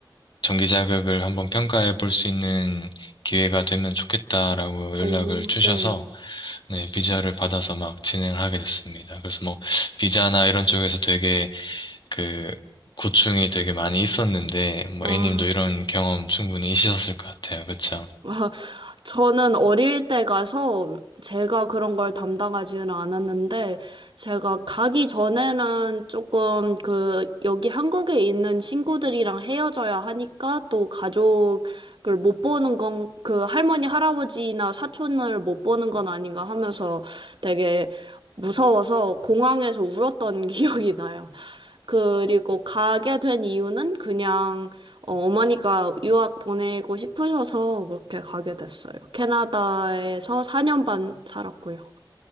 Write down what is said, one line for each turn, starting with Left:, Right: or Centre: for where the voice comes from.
Left: 전기 자극을 한번 평가해 볼 수 있는 기회가 되면 좋겠다라고 연락을
Right: 오,
Left: 주셔서
Right: 네.
Left: 네, 비자를 받아서 막 진행을 하게 됐습니다. 그래서 뭐 비자나 이런 쪽에서 되게 그 고충이 되게 많이 있었는데 뭐
Right: 아.
Left: A님도 이런 경험 충분히 있으셨을 것 같아요. 그쵸?
Right: <laughs> 아, 저는 어릴 때 가서 제가 그런 걸 담당하지는 않았는데, 제가 가기 전에는 조금 그, 여기 한국에 있는 친구들이랑 헤어져야 하니까 또 가족을 못 보는 건, 그 할머니, 할아버지나 사촌을 못 보는 건 아닌가 하면서 되게 무서워서 공항에서 울었던 <laughs> 기억이 나요. 그리고 가게 된 이유는 그냥 어, 어머니가 유학 보내고 싶으셔서 그렇게 가게 됐어요. 캐나다에서 4년 반 살았고요.